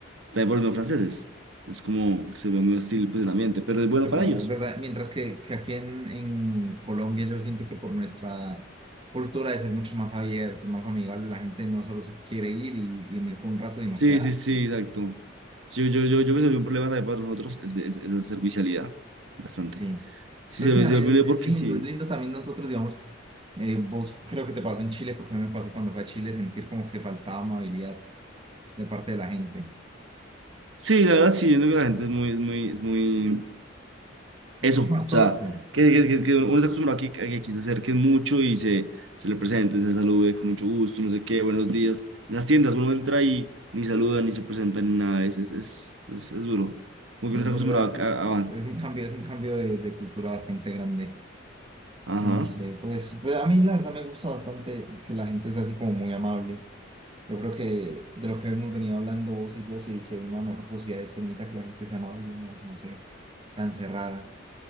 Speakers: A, on the right; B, on the right.
A: También por los mismos franceses. Es como que se ve muy hostil pues el ambiente, pero es bueno
B: ¿Verdad?
A: para ellos.
B: Es verdad. Mientras que, que aquí en, en Colombia yo siento que por nuestra cultura de ser mucho más abiertos más amigables la gente no solo se quiere ir y, y venir por un rato, sino
A: Sí,
B: quedarse.
A: sí, sí, exacto. Yo, yo, yo, yo creo que un problema también para nosotros es, es, es la servicialidad, bastante.
B: Sí,
A: Sí,
B: pero
A: se
B: es
A: ve,
B: que también
A: se ve muy
B: es,
A: bien
B: es
A: porque
B: lindo,
A: sí.
B: es lindo también nosotros, digamos, eh, vos creo que te pasó en Chile, porque a mí me pasó cuando fue a Chile sentir como que faltaba amabilidad de parte de la gente.
A: Sí, la verdad, sí, yo creo que la gente es muy, es muy, es muy,
B: Es
A: Eso,
B: mucho más
A: o sea,
B: tosco,
A: que, que- que- uno se acostumbra a que, a que aquí se acerquen mucho y se, se le presenten, se salude con mucho gusto, no sé qué, buenos días. En las tiendas uno entra y ni saluda, ni se presenta, ni nada, es, es, es, es- es duro. Como que
B: es
A: uno está
B: verdad,
A: acostumbrado
B: es que
A: a,
B: es,
A: a- a
B: es-
A: más.
B: es un cambio, es un cambio de, de cultura bastante grande.
A: Ajá.
B: en la que, Pues, pues a mí la verdad me gusta bastante que la gente sea así como muy amable. Yo creo que de lo que hemos venido hablando vos y yo, si, si hay una mejor sociedad es en mitad que la gente sea amable, no, no sé, tan cerrada.